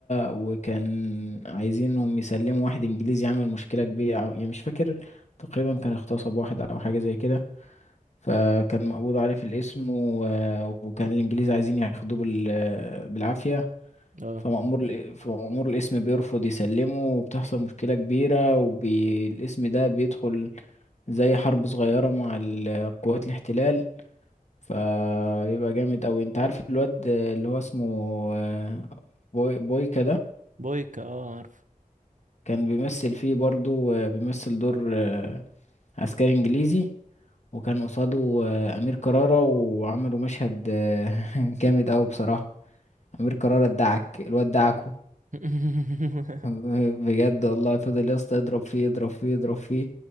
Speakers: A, on the left (about 50°); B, on the right (about 60°).
A: وكان عايزينهم يسلموا واحد إنجليزي عمل مشكلة كبيرة أو- يعني مش فاكر تقريبا كان اغتصب واحد أو حاجة زي كده فكان مقبوض عليه في الاسم و- وكان الإنجليز عايزين ياخدوه بال- بالعافية
B: اه
A: فمأمور ال- فمأمور القسم بيرفض يسلمه وبتحصل مشكلة كبيرة والقسم ده بيدخل زي حرب صغيرة مع ال- قوات الاحتلال فبيبقى جامد أوي انت عارف الواد اللي هو اسمه آه، بوي بويكا ده
B: بويكا اه عارفه
A: كان بيمثل فيه برضو آه، بيمثل دور آه، عسكري إنجليزي وكان قصاده آه، أمير كرارة وعملوا مشهد آه، <laughs> جامد أوي بصراحة أمير كرارة ادعك الواد دعكه
B: <laughs>
A: <laughs> بجد والله فضل يا اسطى يضرب فيه يضرب فيه يضرب فيه